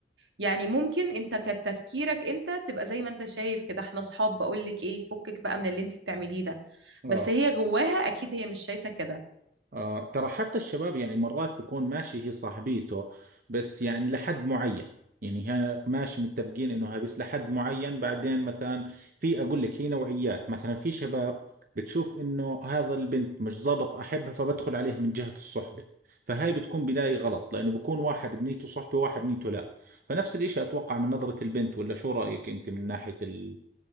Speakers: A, on the right; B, on the right.
A: يعني ممكن أنت كتفكيرك أنت تبقى زي ما أنت شايف كده إحنا أصحاب بقولك إيه فكك بقى من اللي أنت بتعمليه ده
B: اه
A: بس هي جواها أكيد هي مش شايفة كده
B: آه ترى حتى الشباب يعني مرات بكون ماشي هي صاحبيته بس يعني لحد معين يعني هنا ماشي متفقين انه هابس لحد معين بعدين مثلا في اقول لك هي نوعيات مثلا في شباب بتشوف انه هذا البنت مش ظابط احبها فبدخل عليها من جهة الصحبة فهاي بتكون بداية غلط لانه بكون واحد بنيته صحبة واحد بنيته لا فنفس الاشي اتوقع من نظرة البنت ولا شو رأيك انت من ناحية ال...